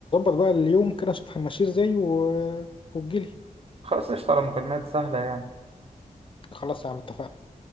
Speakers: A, on the left; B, on the right.
A: بقى اليوم كده نشوف هنمشيه ازاي و... وتجيلي
B: خلاص قشطة على مكالمات سهلة يعني
A: خلاص يا عم اتفقنا